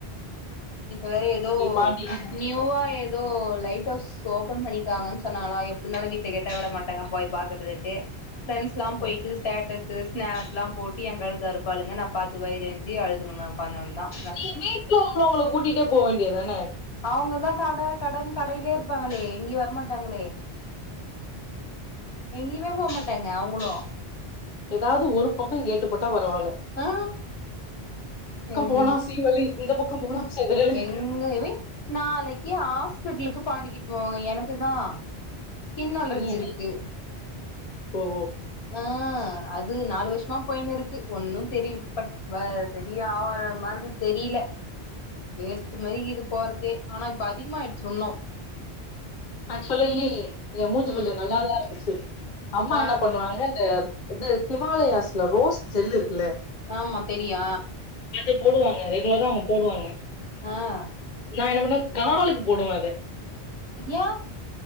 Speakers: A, on the left (about 75°); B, on the left (about 50°).
A: இப்ப வேற ஏதோ
B: பாண்டினு நெனச்சிருக்கோம்
A: நியூவா ஏதோ லைட் ஹவுஸ் சோ ஓப்பன் இருக்காங்கனு சொன்னாங்களா எப்டி இருந்தாலு வீட்ல கேட்டா விட மாட்டாங்க போய் பாக்குறதுக்கு பிரண்ட்ஸ்ல்லா போய்ட்டு
B: ம்
A: ஸ்டேட்டஸ் து ஸ்னாப்ல்லா போட்டு ஏ கழுத்த அறுப்பாலுங்க நா பாத்து வயிறு எரிஞ்சி அழுதுணு உக்காந்துக்குவந்த
B: நீ வீட்டுல உள்ளவங்கள கூட்டிட்டு போக வேண்டியதுதனே
A: அவுங்கதா கட கடன்னு கடையிலயே இருப்பாங்களே எங்கேயு வரமாட்டாங்களே எங்கேயுமே போக மாட்டாங்க அவுங்களு
B: ஏதாவது ஒரு பக்கம் கேட்டு போட்டா பரவாயில்ல
A: ஆ எங்
B: போனா சீவலி இந்த பக்கம் போனா செதறலு
A: எங்கயுமே நாளைக்கு ஹாஸ்பிட்டலுக்கு பாண்டிக்கிட்டு போவாங்க எனக்கு தா ஸ்கின் அலர்ஜி
B: நீ என்னக்கி
A: இருக்கு
B: ஓ ஓ
A: ஆ அது நாலு வருஷமா போய்ன்னு இருக்கு ஒன்னு செரி பட் வ செரி ஆவுர மாதிரி தெரில வேஸ்ட் மாதிரி கிது போறதே ஆனா இப்ப அதிகமாயிடுச்சு இன்னு
B: ஆக்சுவலி ஏ மூஞ்சு
A: ம்
B: கொஞ்ச நல்ல தா இருந்துச்சு அம்மா
A: ஆ
B: என பண் ணுவாங்க இந்த இது ஹிமாலயாஸ்ல ரோஸ் ஜெல்லு இருக்குல்ல
A: ஆமா தெரியு
B: அது போடுவாங்க ரெகுலரா அவுங்க போடுவாங்க
A: ஆ
B: நா என பண்ணுவே காலுக்கு போடுவே அத
A: ஏ